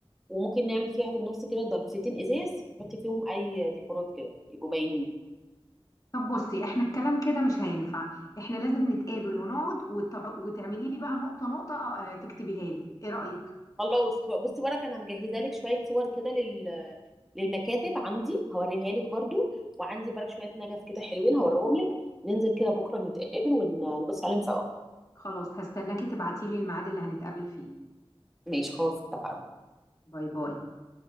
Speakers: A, in the centre; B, on the left (about 35°).
A: وممكن نعمل فيها في النص كده ضلفتين ازاز نحط فيهم اي ديكورات كده يبقوا باينين
B: طب بصي احنا الكلام كده مش هينفع احنا لازم نتقابل ونقعد وتع... وتعملي لي بقى نقطة نقطة آه، تكتبيها لي ايه رأيك
A: خلاص بصي بركه انا مجهزه لك شويه صور كده لل... للمكاتب عندي هوريها لك برضو وعندي برك شويه نجف كده حلوين هوريهم لك ننزل كده بكره نتقابل ونبص عليهم سوا
B: خلاص هستناكي تبعتي لي الميعاد اللي هنتقابل فيه
A: ماشي خلاص اتفقنا
B: باي باي